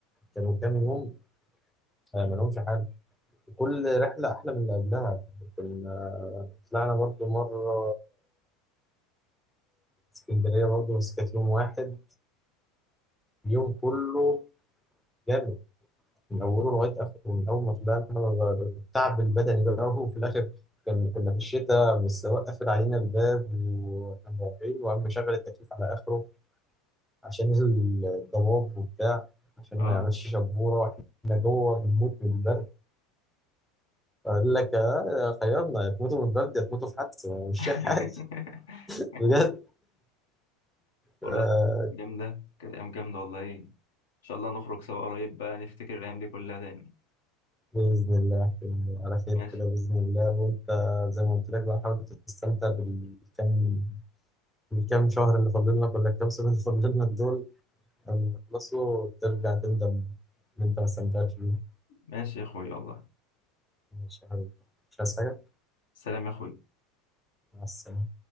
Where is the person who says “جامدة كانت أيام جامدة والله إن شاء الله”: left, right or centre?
Left